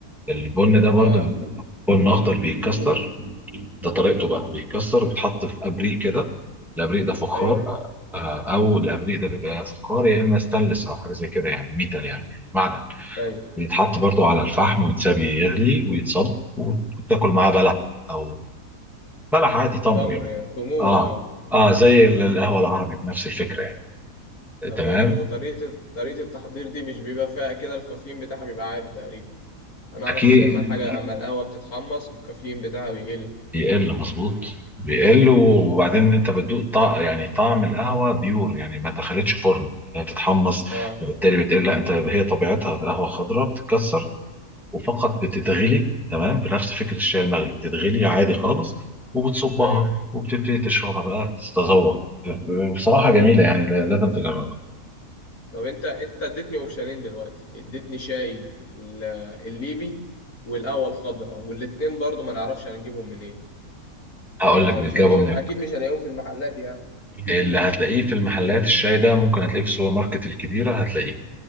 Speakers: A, in the centre; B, on the left (about 60°).
A: البن ده برضو
B: اه طب
A: بن أخضر بيتكسر
B: طب-
A: ده طريقته بقى بيتكسر وبيتحط في أبريق كده الأبريق ده فخار
B: ايوه
A: آه، أو الأبريق ده بيبقى يا فخار يا إما ستانلس أو حاجة زي كده يعني ميتال يعني معدن
B: ايوه
A: بيتحط برضو على الفحم ويتساب يغلي ويتصب وتاكل معاه بلح أو بلح عادي تمر
B: تمر
A: يعني
B: يعني تمور
A: اه
B: اه
A: اه زي ال- القهوه العربي بنفس الفكره يعني
B: طب
A: تمام
B: و- وطريقه طريقه التحضير دي مش بيبقى فيها كده الكافيين بتاعها بيبقى عالي تقريبا انا اعرف
A: اكيد
B: ان اما الحاجه اما القهوه بتتحمص الكافيين بتاعها بيقل
A: يقل مظبوط بيقل وبعدين انت بتدوق طع... يعني طعم القهوه بيور يعني ما دخلتش فرن لا تتحمص
B: اه
A: فبالتالي بتقل لا انت هي طبيعتها قهوه خضراء بتتكسر وفقط بتتغلي تمام بنفس فكره الشاي المغلي بتتغلي عادي خالص وبتصبها
B: ايوه
A: وبتبتدي تشربها بقى تتذوق بصراحه جميله يعني لا- لازم تجربها
B: طب انت انت اديتني اوبشنين دلوقتي اديتني شاي ال- الليبي والقهوه الخضراء والاتنين برضو ما نعرفش هنجيبهم منين
A: هقول
B: يعني أنا
A: لك بيجابوا
B: مش هلاقيهم
A: من
B: اكيد مش هلاقيهم في المحلات يعني
A: اللي هتلاقيه في المحلات الشاي ده ممكن هتلاقيه في السوبر ماركت الكبيرة هتلاقيه